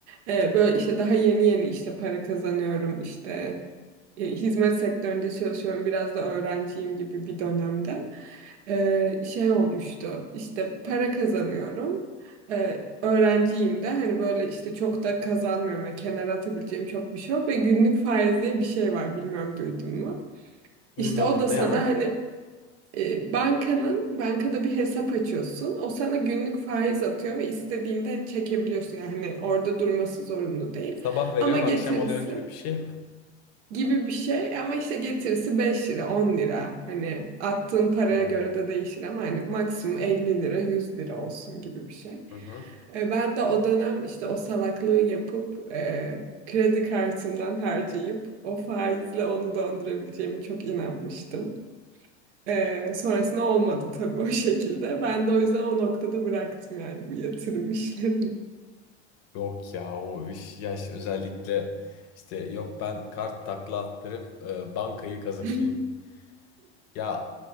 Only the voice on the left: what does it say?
Duymadım
ne o?
Sabah veriyorsun
akşam alıyorsun gibi bir şey mi?
Hı hı.
Hı hı.
Yok ya o iş yaş özellikle işte yok ben kart takla attırıp e, bankayı kazıklayayım.
Ya